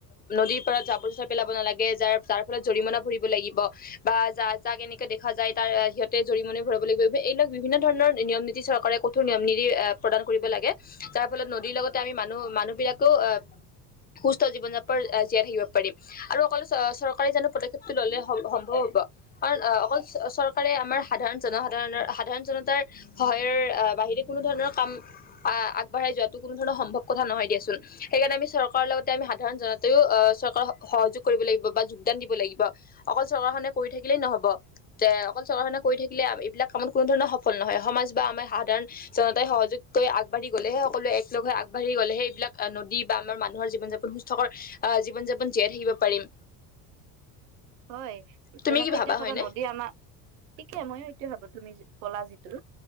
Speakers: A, on the left; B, on the right.
A: নদীৰ পাৰত জাৱৰ জোথাৰ পেলাব নালাগে, যাৰ যাৰ ফলত জৰিমনা ভৰিব লাগিব, বা যা, যাক কেনেকে দেখা যায়, তাৰ সিহঁতে জৰিমনা ভৰিবলৈ গৈ এইবিলাক বিভিন্ন ধৰণৰ নিয়ম নীতি চৰকাৰে কঠোৰ নিয়ম নীতি প্ৰদান কৰিব লাগে। যাৰ ফলত নদীৰ লগতে আমি মানুহ, মানুহ বিলাকো অ', সুস্থ জীৱন যাপন জীয়াই থাকিব পাৰিম। আৰু অকল চ, চৰকাৰে জানো পদক্ষেপটো ললে সম্ভৱ হ'ব। কাৰণ অ', অকল চৰকাৰে আমাৰ সাধাৰণ জনসাধাৰণৰ সাধাৰণ জনতাৰ সহায়ৰ বাহিৰে কোনো ধৰনৰ কাম আহ আগবঢ়াই যোৱাতো কোন ধণৰ সম্ভৱ কথা নহয় দিয়াচোন, সেইকাৰণে আমি চৰকাৰৰ লগতে আমি সাধাৰণ জন তয়ও অ', চৰকাৰ সহযোগ কৰিব লাগিব, বা যোগদান দিব লাগিব, অকল চৰকাৰখনে কৰি থাকিলেই নহব। যে অকল চৰকাৰ খনে কৰি থাকিলে, এইবিলাক কামত কোনো ধৰণৰ সফল নহয়, সমাজ বা আমাৰ সাধাৰণ জনতাই সহযোগ কৰি আগবাঢ়ি গ'লে হে সকলোৱ একলগ হৈ আগবাঢি গলে হে সেইবিলাক নদী বা আমাৰ মানুহৰ জীৱন জাপন সুস্থকৰ, আহ জীৱন-যাপন জীয়াই থাকিব পাৰিম।
B: হয়,
A: তুমি
B: যেনেকৈ
A: কি ভাবা
B: এতিয়া চাবা
A: হয়নে?
B: নদী আমাৰ, ঠিকে মইয়ো এতিয়া ভাবো তুমি কলা জিটো।